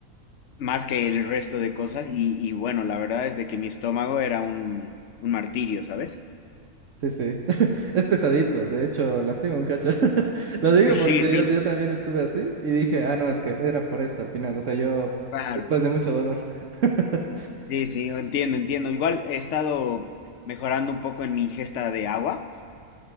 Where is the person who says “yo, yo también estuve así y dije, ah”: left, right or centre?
Right